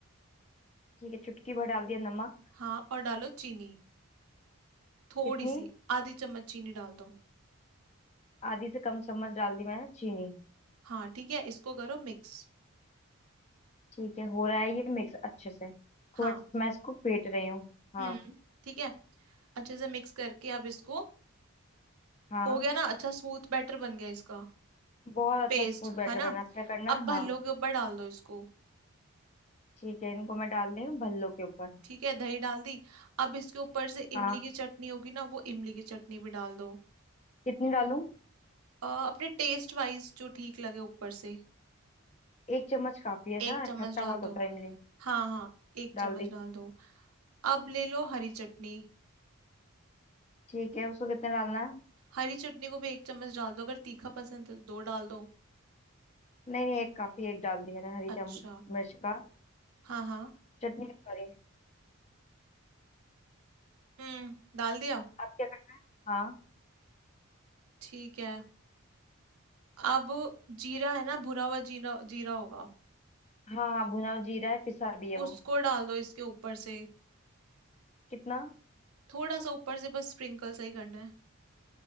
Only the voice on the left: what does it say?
ठीक है चुटकी भर डाल दिया नमक
कितनी
आधी से कम चम्मच डाल दी मैंने चीनी
ठीक है हो रहा है ये मिक्स अच्छे से खूब
अच्छे से मैं इसको फेंट रही हूँ हाँ
हाँ
बहुत अच्छा
स्मूथ बैटर
बना
है। अब क्या करना है
हाँ
ठीक है इनको मैं डाल रही हूँ भल्लों के ऊपर
हाँ
कितनी डालूं
एक चम्मच काफी है
ना
खट्टा
बहुत होता
है इमली
डाल
दी
ठीक है उसको कितना डालना है
नहीं नहीं एक काफी एक डाल दी मैंने हरी
चम मिर्च का
चटनी का, सॉरी
अब क्या करना है हाँ
हाँ हाँ भुना हुआ जीरा है पिसा भी है वो
कितना